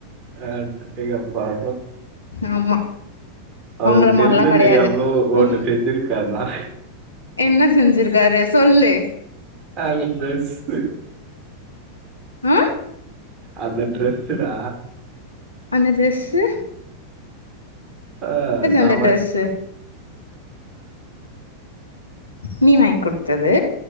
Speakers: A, on the right; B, on the left.
A: ஹாட் எங்கப்பாவு
B: ஆமா
A: அவரு
B: உங்கள
A: தெரிஞ்சோ
B: மாரிலா கெடையாது
A: தெரியாமலோ ஒன்னு
B: ஓ
A: செஞ்சிருக்காருனா
B: என்ன செஞ்சிருக்காரு சொல்லு
A: அது ட்ரெஸு
B: அ
A: அந்த ட்ரெஸுடா
B: அந்த ட்ரெஸு
A: அ நான்
B: அந்த
A: வந்
B: ட்ரெஸ்ஸு நீ வாங் குடுத்தது